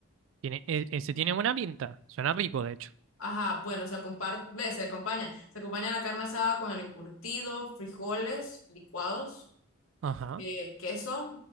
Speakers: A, on the right; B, on the left.
A: Tiene, e- ese tiene buena pinta. Suena rico, de hecho.
B: Ajá, bueno, se comparte, se acompaña. Se acompaña la carne asada con el encurtido, frijoles licuados
A: Ajá.
B: eh, queso,